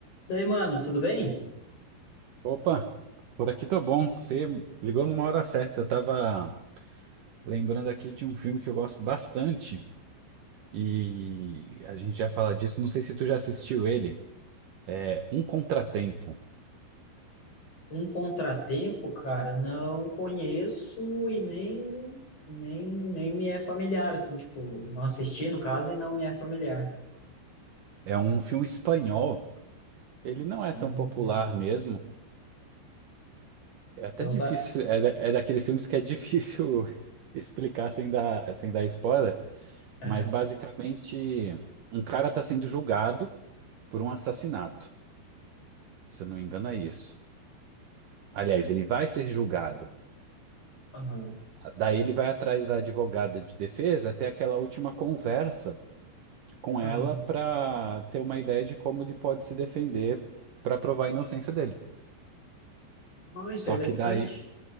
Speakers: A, on the left; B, on the right.
A: Daí, mano, tudo bem?
B: Opa, por aqui tô bom. Você ligou numa hora certa. Eu tava lembrando aqui de um filme que eu gosto bastante e a gente já fala disso. Não sei se tu já assistiu ele. É Um Contratempo.
A: Um contratempo, cara, não conheço e nem, nem, nem me é familiar, assim, tipo, não assisti no caso e não me é familiar.
B: É um filme espanhol. Ele não é
A: Ah,
B: tão popular mesmo. É até
A: então
B: difícil.
A: tá.
B: É, da- é daqueles filmes que é difícil <laughs> explicar sem dar, sem dar spoiler.
A: Aham.
B: Mas basicamente, um cara tá sendo julgado por um assassinato. Se eu não me engano, é isso. Aliás, ele vai ser julgado.
A: Aham.
B: Daí ele vai atrás da advogada de defesa até aquela última conversa com
A: Aham.
B: ela para ter uma ideia de como ele pode se defender para provar a inocência dele.
A: Oh, interessante.
B: Só que daí,